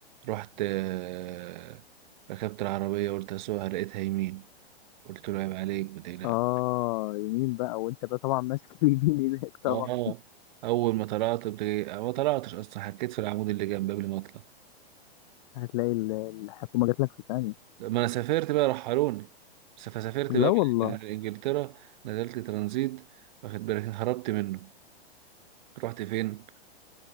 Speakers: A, on the right; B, on the left.
A: رحت آه، ركبت العربيه قلت اسوقها لقيتها يمين قلت له عيب عليك ما تقلقش
B: آه يمين بقى وأنت بقى طبعا ماسك اليمين هناك طبعا
A: اه اول ما طلعت بت- ما طلعتش اصلا حكيت في العمود اللي جنب قبل ما اطلع
B: هتلاقي ال- الحكومة جات لك في ثانية
A: ما انا سافرت بقى رحلوني بس فسافرت
B: لا
A: بقى آه.
B: والله
A: من انجلترا نزلت ترانزيت واخد بالك هربت منه رحت فين